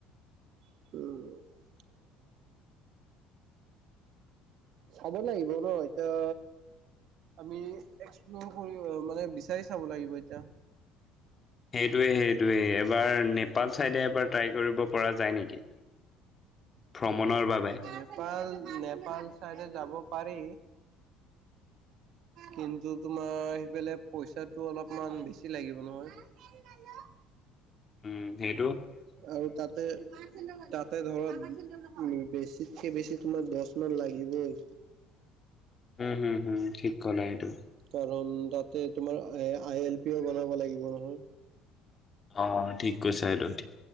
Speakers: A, on the right; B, on the left.
A: উম চাব লাগিব ন এতিয়া আমি এক্সপ্লৰ কৰি মানে বিচাৰি চাব লাগিব এতিয়া
B: সেইটোৱে সেইটোৱে এবাৰ নেপাল চাইডে এবাৰ ট্ৰাই কৰিব পৰা যায় নেকি
A: উ <inaudible>
B: ভ্ৰমণৰ বাবে
A: নেপাল নেপাল চাইডে যাব পাৰি কিন্তু তোমাৰ সিফালে পইচাটো অলপমান বেছি লাগিব ব নহয়
B: উম সেই
A: আৰু তাতে তাতে ধৰক বেছিতকে বেছি তোমাৰ দচ মান লাগিবই
B: উম হোম হোম ঠিক কলা এইটো
A: কাৰণ তাতে তোমাৰ এ আই এল পিও বনাব লাগিব নহয়
B: অ ঠিক কৈছা এইটো ঠিক